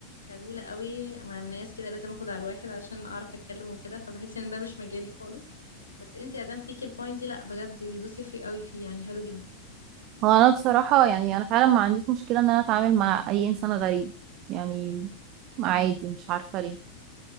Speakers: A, on the left (about 75°); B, on the right (about 40°).
A: خجولة قوي مع الناس كده لازم اخد على الواحد عشان اعرف اتكلم وكده فبحس ان ده مش مجالي خالص بس انتي ادام فيكي البوينت دي لا بجد دوسي فيه قوي فيه يعني حلو جدا
B: هو انا بصراحة يعني انا فعلا ما عنديش مشكلة ان انا اتعامل مع اي انسان غريب يعني عادي مش عارفة ليه